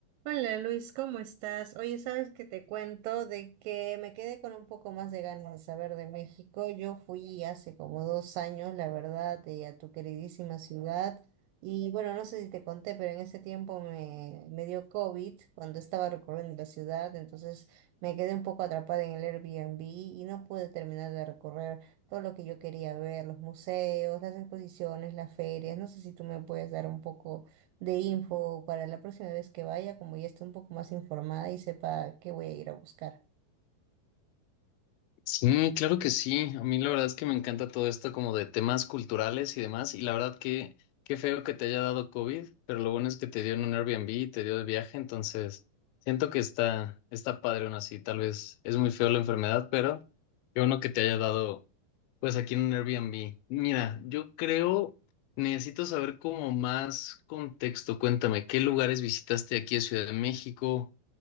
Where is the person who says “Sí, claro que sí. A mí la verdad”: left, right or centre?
Left